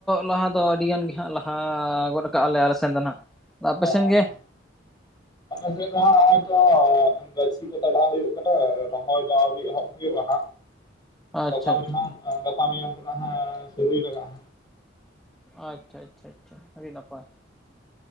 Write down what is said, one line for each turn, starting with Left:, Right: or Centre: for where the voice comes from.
Centre: ᱞᱟᱦᱟ ᱫᱚ ᱟᱹᱰᱤ ᱜᱟᱱ ᱜᱮ ᱦᱟᱸᱜ ᱞᱟᱦᱟ ᱜᱚᱫ ᱠᱟᱜ ᱟᱞᱮ ᱟᱞᱮ ᱥᱮᱱ ᱫᱚ ᱱᱟᱦᱟᱜ ᱟᱯᱮᱥᱮᱱ
Left: ᱦᱮᱸ
Centre: ᱜᱮ?
Left: ᱟᱞᱮ ᱥᱮᱫ ᱫᱚ ᱦᱟᱸᱜ ᱦᱚᱸᱜ ᱚᱭ ᱛᱚ ᱜᱟᱹᱪᱷᱤ ᱠᱚ ᱛᱟᱲᱟᱣ ᱦᱩᱭᱩᱜ ᱠᱟᱱᱟ ᱨᱚᱦᱚᱭ ᱫᱚ ᱟᱹᱣᱨᱤ ᱮᱦᱚᱵ ᱦᱩᱭᱩᱜᱼᱟ ᱦᱟᱸᱜ᱾
Centre: ᱟᱪᱪᱷᱟ
Left: ᱜᱟᱯᱟ ᱢᱮᱭᱟᱝ ᱜᱟᱯᱟ ᱢᱮᱭᱟᱝ ᱠᱷᱚᱱᱟᱜ ᱦᱟᱸᱜ ᱥᱩᱨᱩᱭ ᱞᱟᱜᱟᱜᱼᱟ᱾
Centre: ᱟᱪᱪᱷᱟ, ᱟᱪᱪᱷᱟ ᱟᱪᱷᱟ ᱟᱹᱰᱤ ᱱᱟᱯᱟᱭ᱾